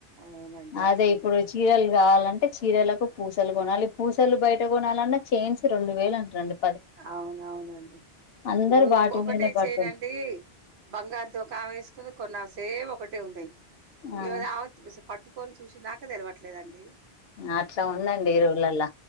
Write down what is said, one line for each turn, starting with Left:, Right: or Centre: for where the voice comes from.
Right: అవునండి
Left: అదే
Right: అట్లుంది
Left: ఇప్పుడు చీరలు కావాలంటే చీరలకు పూసలు కొనాలి పూసలు బయట కొనాలన్నా చైన్స్ రెండు వేలు అంట రండి
Right: అవునవునండి
Left: అందరు
Right: ఇప్పుడు
Left: వాటి
Right: ఒక ఒకటే
Left: మీదనే పడుతుం
Right: చెనండి బంగారు దుకాం వేసుకుంది కొన్నాసేపు ఒకటే ఉన్నాయి
Left: ఆ
Right: ఈధ <unintelligible> పట్టుకొని చూసిందాక తెలివట్లేదండి
Left: అట్లా ఉందండి ఈ రోజులల్ల